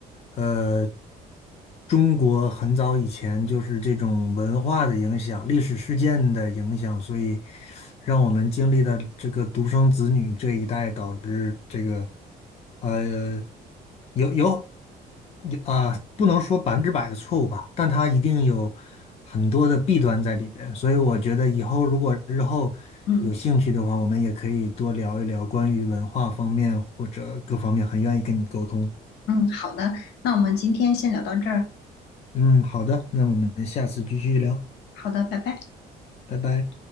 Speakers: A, on the left; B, on the left.
A: 呃，中国很早以前就是这种文化的影响、历史事件的影响，所以让我们经历的这个独生子女这一代，导致这个呃有有有啊、不能说百分之百的错误吧，但它一定有很多的弊端在里边。所以我觉得以后如果日后有兴趣的话，
B: 嗯
A: 我们也可以多聊一聊关于文化方面或者各方面，很愿意跟你沟通。
B: 嗯，好的，那我们今天先聊到这儿。
A: 嗯，好的，那我们下次继续聊，
B: 好的，拜拜。
A: 拜拜。